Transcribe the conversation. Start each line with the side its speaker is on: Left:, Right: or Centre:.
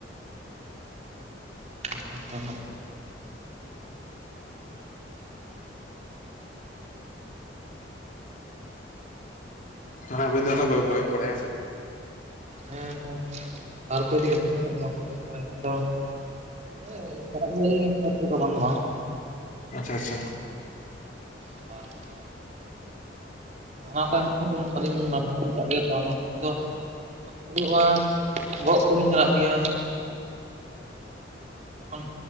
Right: <unintelligible>
Left: ᱢᱟᱱᱮ ᱟᱹᱵᱤᱱ ᱫᱚ ᱩᱱᱟᱹᱜ ᱵᱟ-ᱵᱮᱱ ᱵᱟᱲᱟᱭ ᱦᱮᱸᱥᱮ᱾
Right: ᱦᱮᱸ ᱦᱮᱸ ᱛᱟᱨᱠᱚ ᱤᱫᱤ ᱠᱟᱛᱮ ᱫᱚ ᱦᱟᱸᱜ ᱵᱟᱹᱞᱤᱧ ᱵᱟᱲᱟᱭᱟ ᱟᱞᱤᱧ ᱫᱚ᱾ ᱦᱳᱭ ᱪᱟᱞᱟᱜ ᱜᱮᱭᱟ ᱞᱤᱧ ᱦᱟᱴ ᱠᱚᱫᱚ ᱵᱟᱝ ᱫᱚ ᱵᱟᱝ᱾
Left: ᱟᱪᱪᱷᱟ ᱟᱪᱷᱟ
Right: <unintelligible> ᱱᱚᱣᱟ ᱠᱚ ᱮᱢ ᱥᱚᱢᱚᱭ ᱫᱚ ᱩᱱᱟᱹᱜ ᱵᱟᱹᱞᱤᱧ ᱵᱟᱹᱞᱤᱧ ᱪᱟᱜ ᱜᱮᱭᱟ ᱛᱚ ᱚᱱᱟ ᱠᱷᱟᱹᱛᱤᱨ ᱫᱚ᱾ ᱦᱩᱭᱩᱜ-ᱟ, ᱜᱚᱜ ᱠᱚᱞᱤᱧ ᱪᱟᱞᱟᱜ ᱜᱮᱭᱟ᱾ ᱚᱱ